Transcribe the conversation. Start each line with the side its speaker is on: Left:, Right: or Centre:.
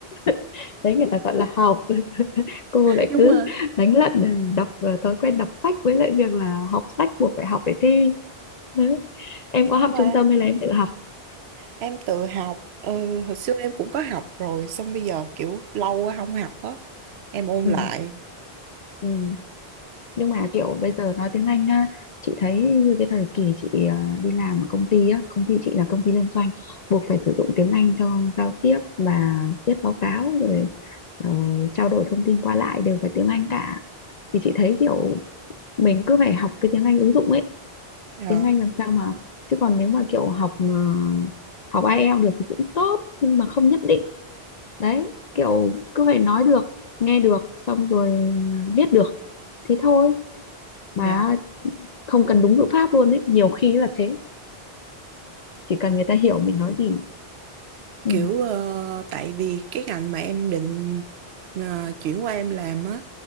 Left: <laughs> đấy người ta gọi là học cô lại
Right: Đúng
Left: cứ
Right: rồi.
Left: đánh lận ừ, đọc ờ, thói quen đọc sách với lại việc là học sách buộc phải học phải thi đấy. em có học
Right: Nhưng mà
Left: trung tâm hay là em tự học
Right: em tự học ờ, hồi xưa em cũng có học rồi xong bây giờ kiểu lâu quá không học á, em ôn
Left: ừ,
Right: lại.
Left: ừ. nhưng mà kiểu bây giờ nói tiếng Anh á chị thấy như cái thời kỳ chị ờ, đi làm ở công ty á công ty chị là công ty liên doanh buộc phải sử dụng tiếng Anh cho giao tiếp và viết báo cáo rồi ờ, trao đổi thông tin qua lại đều phải tiếng Anh cả thì chị thấy kiểu mình cứ phải học cái tiếng Anh ứng dụng ấy
Right: Ờ,
Left: tiếng Anh làm sao mà chứ còn nếu mà kiểu học ờ, học IELTS được thì cũng tốt nhưng mà không nhất định đấy kiểu cứ phải nói được nghe được xong rồi viết được thế thôi mà
Right: nha.
Left: không cần đúng ngữ pháp luôn ấy nhiều khi là thế chỉ cần người ta hiểu mình nói gì ừ
Right: kiểu ờ, tại vì cái ngành mà em định ờ, chuyển qua em làm á